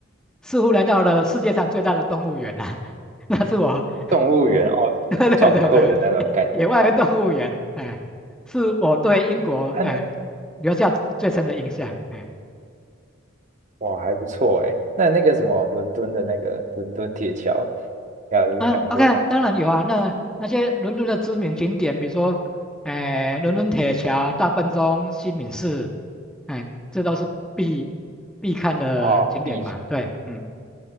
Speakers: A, in the centre; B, on the right.
A: 似乎来到了世界上最大的动物园啊，<laughs> 那是我，
B: 动物园哦，
A: <laughs> 对对对对，
B: 很壮阔的那种感觉，
A: 野外动物园，哎，是我对英国哎留下最深的印象，
B: 啊，那
A: 哎。
B: <laughs> 哇还不错哎，那那个什么伦敦的那个伦敦铁桥，要有去看过啊？
A: 嗯，OK，当然有啊。那那些伦敦的知名景点，比如说，哎、伦敦铁桥、大笨钟、西敏寺，哎，这都是必必看的景点嘛。
B: 哦，避暑，
A: 对，嗯，